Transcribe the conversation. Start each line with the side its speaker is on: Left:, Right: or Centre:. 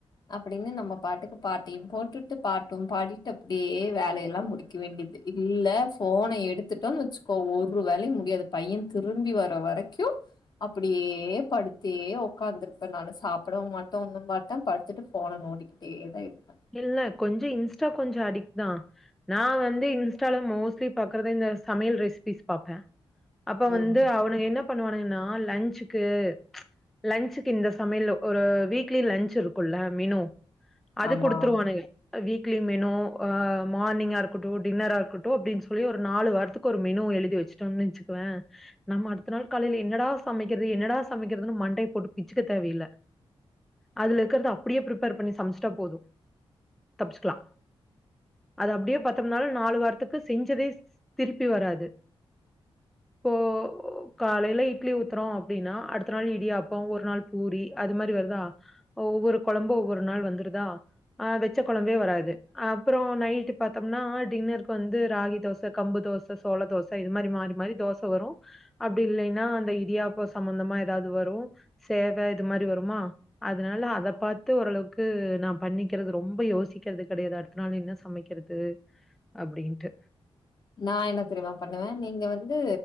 Left: அப்டின்னு நம்ம பாட்டுக்கு பாட்டயு போட்டுட்டு பாட்டும் பாடிட்டு அப்டியே வேலயெல்லா முடிக்க வேண்டிது இல்ல ஃபோன எடுத்துட்டோன் வெச் க்கோ ஒரு வேலயு முடியாது பையன் திரும்பி வர வரைக்கு அப்டியே படுத்தே ஒக்காந்துருப்பே நானு சாப்டவும் மாட்டே ஒன்னும் மாட்டே படுத்துட்டு போன நோன்டி ட்டேதா இருப்பே
Centre: இல்ல கொஞ்சோ இன்ஸ்டா கொஞ்சோ அடிக்ட் தா நா வந்து இன்ஸ்ட்டால மோஸ்ட்லி பாக்றது இந்த சமயல் ரெசிபிஸ் பாப்பே அப்ப
Left: ம்
Centre: வந்து அவனுக என்ன பண்ணுவானுகன்னா லஞ்சுக்கு லன்சுக்கு இந்த சமையல்ல ஒரு வீக்லி லன்ச் இருக்குல்ல மெனு அது
Left: ஆமா
Centre: குடுத் டுவே வீக்லி மெனு அ மார்னிங்கா இருக்ட்டு டின்னரா இருக்ட்டு அப்டின் சொல்லி ஒரு நாலு வார்த்துக் கு ஒரு மெனு எழுதி வச்சுட்டோன் வச்சுக்கவே நம்ம அடுத்த நாள் காலைல என்னடா சமைக்கிறது என்னடா சமைக்கிறதுனு மண்டைய போட்டுட்டு பிச்சுக்க தேவையில்ல அதுல இருக்கறத அப்டியே ப்ரிப்பேர் பண்ணி சமைச்சிட்டா போது தப்ச்சுக்லா அது அப்டியே பாத்தம் நாளு நாலு வாரத்துக்கு செஞ்சதே சி திருப்பி வராது இப்போ காலைல இட் இட்லி ஊத்றோ அப்டின்னா அடுத்த நாள் இடியாப்போ ஒரு நாள் பூரி அது மாரி வருதா ஒவ்வொரு கொழம்பு ஒவ்வொரு நாள் வந்துருதா ஆ வெச்ச குழம்பே வராது அப்றோ நைட் பாத்தம்னா டின்னருக்கு வந்து ராகி தோச கம்பு தோ ச சோள தோச இது மாரி மாரி மாரி தோச வரு அப்டி இல்லைன்னா அந்த இடியாப்ப சம்பந்தமா ஏதாது வரு சேவ இது மாரி வருமா அதனால அத பாத்து ஓரளவுக்கு நா பண்ணி க்கிறது ரொம்ப யோசிக்கிறது கெடையாது அடுத்த நாள் என்ன சமைக்கிறது அப்டின்ட்டு
Left: நா என்ன தெரிமா பண்ணுவே நீங்க வந்து